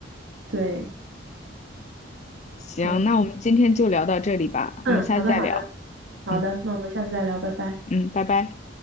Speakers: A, on the right; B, on the left.
A: 对，
B: 行，
A: 好，
B: 那我们今天就聊到这里吧，
A: 嗯，
B: 我们下次再聊。
A: 好的，好的，好的，
B: 嗯
A: 那我们下次再聊，拜拜。
B: 嗯，拜拜。